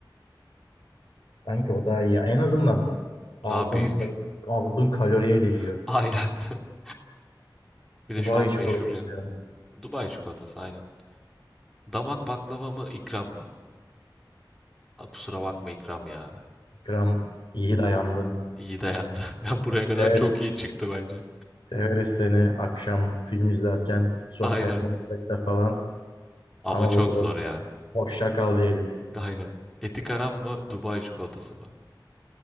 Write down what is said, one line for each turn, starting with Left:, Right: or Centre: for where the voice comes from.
Left: Sanki o daha iyi ya. En azından aldığın
Centre: Daha büyük.
Left: kal- aldığın kaloriye değiyor.
Centre: <laughs> Aynen. <laughs> Bir de
Left: Dubai
Centre: şu an meşhur
Left: çikolatası
Centre: ya.
Left: ya.
Centre: Dubai çikolatası aynen. Damak baklava mı ikram mı? Ha, kusura bakma ikram ya.
Left: Gram iyi dayandın.
Centre: İyi dayandı. <laughs> Ya buraya
Left: Severiz.
Centre: kadar çok iyi çıktı bence.
Left: Severiz seni akşam film izlerken sohbet
Centre: Aynen.
Left: muhabbette falan.
Centre: Ama
Left: Ama
Centre: çok
Left: burada
Centre: zor ya.
Left: hoşça kal diyelim.
Centre: Aynen. Eti karam mı Dubai çikolatası mı?